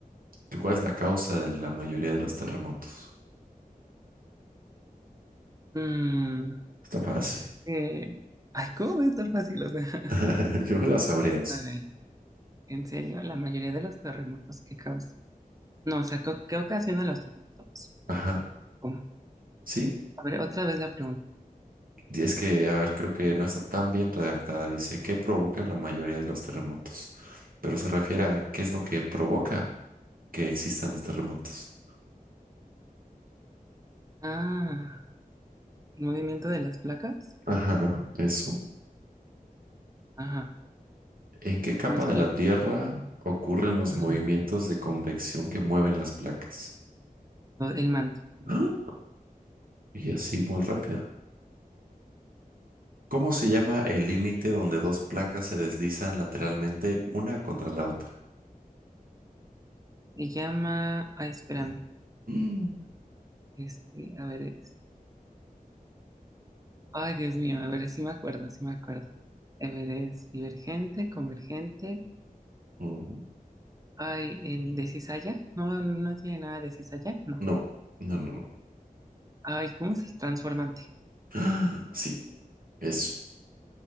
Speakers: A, on the right; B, on the right.
A: ¿Qué- ¿Cuál es la causa de la mayoría de los terremotos?
B: Mm,
A: Está fácil.
B: eh, ay, ¿cómo va a estar fácil? O sea, <laughs>
A: <laughs> Yo la sabría eso.
B: a ver, en serio, la mayoría de los terremotos que causan. No, o sea, ¿qué, qué ocasiona los terremotos?
A: Ajá,
B: ¿Cómo?
A: sí.
B: A ver, otra vez la pregunta.
A: Y es que, a ver, creo que no está tan bien redactada. Dice, ¿qué provoca la mayoría de los terremotos? Pero se refiere a qué es lo que provoca que existan los terremotos.
B: Ah, el movimiento de las placas.
A: Ajá, eso.
B: Ajá.
A: ¿En qué capa
B: Bueno, es
A: de
B: que
A: la
B: yo.
A: Tierra ocurren los
B: ujú.
A: movimientos de convección que mueven las placas?
B: No, El manto.
A: ¡Ah! Y así muy rápida. ¿Cómo se llama el límite donde dos placas se deslizan lateralmente una contra la otra?
B: Se llama. Ay, espérame.
A: Mm.
B: Este, a ver, ay, Dios mío, a ver, sí me acuerdo, sí me acuerdo. A es divergente, convergente.
A: Mm,
B: Ay, el de cizalla. No, no tiene nada de cizalla, no.
A: No, no, no. no.
B: Ay, ¿cómo se transformante?
A: ¡Ah! Sí, eso.